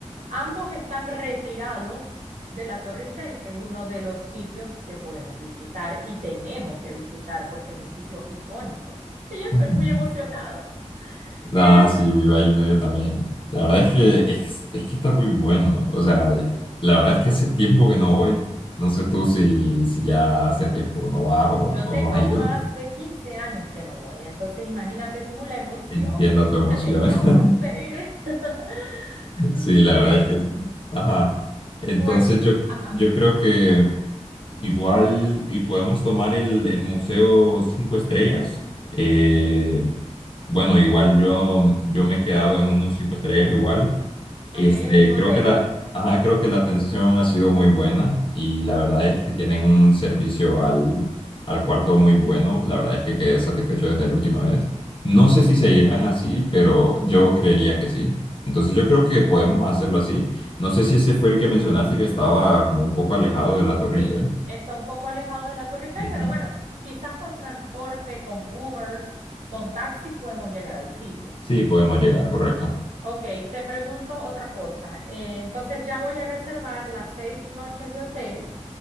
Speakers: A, on the right (about 80°); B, on the left (about 45°).
A: Ambos están retirados de la Torre Eiffel, que es uno de los sitios que podemos visitar y tenemos que visitar porque es un sitio icónico. Yo estoy
B: Ujú.
A: muy emocionada. Eh,
B: Ah, sí, viva Himno, yo también. La verdad es que, es, es que está muy bueno. O sea, la verdad es que hace tiempo que no voy. No sé tú si, si ya hace tiempo no vas o,
A: yo
B: o
A: tengo
B: no has ido.
A: más de 15 años que no voy, entonces imagínate tú la emoción
B: Entiendo tu emoción.
A: que tengo
B: <laughs>
A: de ir. <laughs> Miguel,
B: Sí, la verdad es que sí. Ajá. Entonces
A: cuéntame.
B: yo,
A: Ajá,
B: yo creo que igual y podemos tomar el, el Museo Cinco Estrellas. Eh, Bueno, igual yo, yo me he quedado en unos cinco estrellas igual.
A: ok,
B: Este,
A: en un hotel.
B: creo que la, ajá, creo que la atención ha sido muy buena y la verdad es que tienen un servicio al, al cuarto muy bueno. La verdad es que quedé satisfecho desde la última vez. No sé si seguirán así, pero yo creería que sí. Entonces yo creo que podemos hacerlo así. No sé si ese fue el que mencionaste que estaba como un poco alejado de la Torre
A: Sí,
B: Eiffel.
A: está un poco alejado de la Torre Eiffel,
B: Ujú.
A: pero bueno, quizás con transporte, con Ubers, con taxis podemos llegar al sitio.
B: Sí, podemos llegar, correcto.
A: Ok, te pregunto otra cosa. Eh, entonces ya voy a reservar las seis noches de hotel,